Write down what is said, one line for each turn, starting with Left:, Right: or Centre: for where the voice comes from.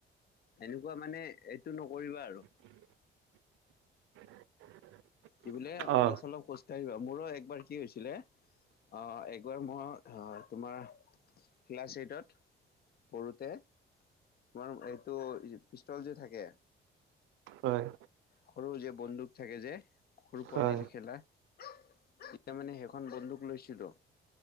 Left: এনেকুৱা মানে এইটো নকৰিবা আৰু
Right: <unintelligible>
Left: কি বোলে
Right: অ',
Left: অলপ চলপ খুজ বা মোৰো একবাৰ কি হৈছিলে অ একবাৰ মই অ তোমাৰ ক্লাছ এইটত পঢ়োতে তোমাৰ এইটো পিষ্টল যে থাকে
Right: হয়
Left: সৰু যে বন্দুক থাকে যে সৰু
Right: হয়,
Left: পোৱালি খেলা তেতিয়া মানে সেইখন বন্দুক লৈছিলো